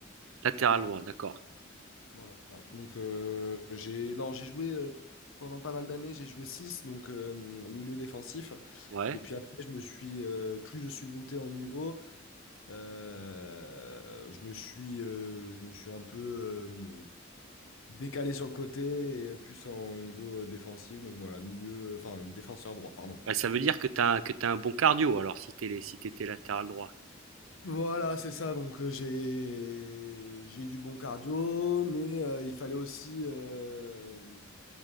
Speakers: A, on the right (about 85°); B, on the left (about 80°).
A: latéral droit, d'accord,
B: Voilà. Donc euh, j'ai non j'ai joué euh, pendant pas mal d'années, j'ai joué six donc euh, milieu défensif.
A: ouais.
B: Et puis après, je me suis euh, plus je suis monté en niveau, Euh, je me suis, euh, je me suis un peu euh, décalé sur le côté et plus en niveau euh, défensif. Donc voilà, milieu, enfin défenseur droit, pardon.
A: Bah, ça veut dire que t'as que t'as un bon cardio alors si t'es si t'étais latéral droit.
B: Voilà, c'est ça. Donc euh, j'ai j'ai du bon cardio, mais euh, il fallait aussi euh,